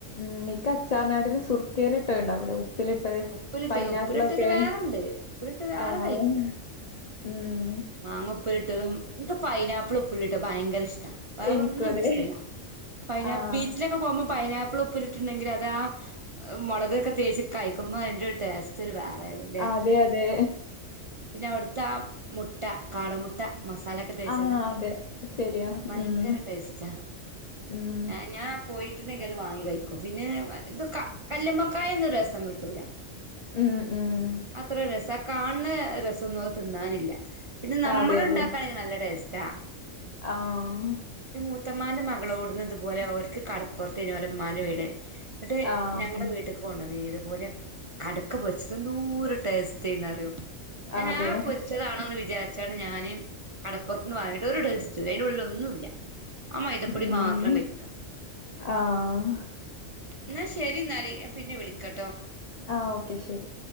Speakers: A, on the left; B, on the right.
A: മ് ഇൻക്ക് അച്ചാറ്നാട്ടീലും സുർക്കേല്ട്ടെണ്ടാവൂലേ ഉ പ്പില്ട്ടെ
B: ഉപ്പിലിട്ടത്
A: പൈനാപ്പിളൊക്കെ
B: ഉപ്പിലിട്ടത് വേറെണ്ട് ഉപ്പിലിട്ട് വേറെ
A: ആഹ്
B: കഴിക്കും
A: ഉംഹ്
B: മാങ്ങ ഉപ്പിലിട്ടതും, ഇൻക്ക് പൈനാപ്പ്ള് ഉപ്പില്ട്ടെ ഭയങ്കരെഷ്ടാ വേറൊന്നും
A: എനിക്കും
B: ഇൻക്ക്ഷ്ടല്ല.
A: അതെ
B: പൈനാ
A: ആഹ്
B: ബീച്ചിലെക്കെ പോവുമ്പോ പൈനാപ്പിള് ഉ പ്പില്ട്ട്ണ്ടെങ്കിലതാ മൊളകക്കെ തേച്ച് കയിക്കുമ്പോ അയിന്റൊരു ടേസ്റ്റൊരു വേറേണ്.
A: ആഹ് അതെയതെ.
B: പിന്നവ്ട്ത്താ മുട്ട കാട മുട്ട. മസാലക്കെ തേച്ചത്
A: ആഹ് അതെ ശരിയാ
B: ഭയങ്കര
A: ഉം
B: ടേസ്റ്റാ
A: ഉം
B: ആഹ് ഞാനാ കോഴി മുട്ടണ്ടെങ്കി അത് വാങ്ങി കഴിക്കും പിന്നെ ഇത് ക കല്ലുമ്മക്കായൊന്നും രസം കിട്ടൂല.
A: ഉം ഉം
B: അത്ര രസ ആ കാൺണ രസൊന്നും അഹ് തിന്നാനില്ല. പിന്നെ നമ്മള്ണ്ടാക്കാണെങ്കി
A: അതെ അതെ
B: നല്ല ടേസ്റ്റാ.
A: ആഹ്.
B: ഇന്റെ മൂത്തമ്മാന്റെ മകളോട്ന്ന് ഇതു പോലെ ഓര്ക്ക് കടപ്പൊറ്ത്തേനി ഓലെമ്മാന്റെ വീട് ഇന്നെട്ട്
A: ആഹ്
B: ഞങ്ങളെ വീ ട്ട്ക്ക് കൊണ്ടോന്നീനി ഇതുപോലെ കട്ക്ക പൊര്ച്ചെത് എന്തോര് ടേസ്റ്റ്നിന്നറിയോ? ഞാന്
A: അതെ
B: ആ പൊരിച്ചതാണോന്ന് വിചാര് ച്ച്ട്ടാണ് ഞാന് കടപ്പൊറത്ത്ന്ന് വാങ്ങിയെത് ഒരു ടേസ്റ്റുല്ല്യ അയിന്റുള്ളില് ഒന്നുല്ല്യ. ആ മൈതപ്പൊടി
A: ഉം
B: മാത്രം കഴിക്ക
A: ആഹ്
B: ഇന്നാ ശെരിന്നാല് ഞാം പിന്നെ വിളിക്കട്ടോ
A: ആ ഓക്കെ ശെരി